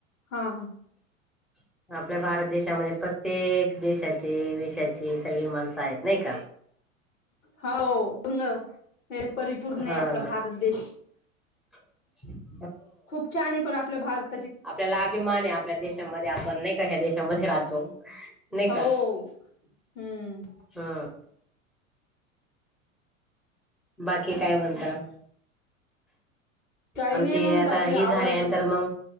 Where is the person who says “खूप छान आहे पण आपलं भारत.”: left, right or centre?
Left